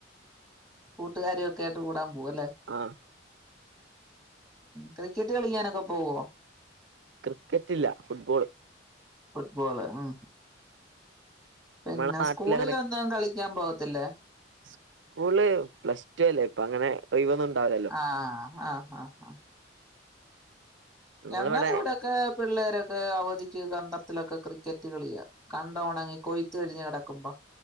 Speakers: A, in the centre; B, on the right.
A: കൂട്ടുക്കാരിക്കെയായിട്ട് കൂടാൻ പോ പോവല്ലേ
B: ആഹ്
A: ക്രിക്കറ്റ് കളിക്കാനൊക്കെ പോവോ
B: ക്രിക്കറ്റില്ല ഫുട്‌ബോള്
A: ഫുഡ്‌ബോള് മ് പിന്നെ
B: നമ്മളെ നാട്ടിൽ
A: സ്കൂളില്
B: അങ്ങനെ
A: ഒന്നും കളി ക്കാൻ പോവത്തിലെ
B: സ്കൂള് പ്ലസ് ടു അല്ലെ ഇപ്പങ്ങനെ ഒഴിവൊന്നും ഉണ്ടാവില്ലല്ലോ
A: ആ ഹ ഹ ഹ
B: ഞങ്ങളിവിടെ
A: ഞങ്ങൾവ്ടെക്കെ പിള്ളെരെ ക്കെ അവധിക്ക് കണ്ടത്തിലൊക്കെ ക്രിക്കറ്റ്‌ കളിയാ കണ്ട ഒണങ്ങി കൊയുത്ത് കഴിഞ്ഞ് കിടക്കുമ്പ ‌